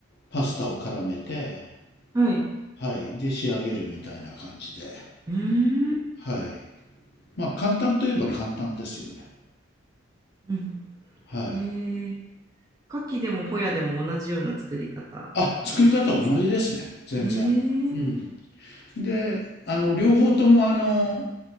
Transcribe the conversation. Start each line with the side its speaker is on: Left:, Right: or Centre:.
Left: パスタを絡めて、
Right: はい。
Left: はい。で、仕上げるみたいな感じで。
Right: うーん。
Left: はい。まあ、簡単といえば簡単ですよね。
Right: うん
Left: はい。
Right: ええ牡蠣でもホヤでも同じような作り方なんですか
Left: あ、作り方は同じですね。全然。
Right: えー、
Left: うん。で、あの、両方ともあの、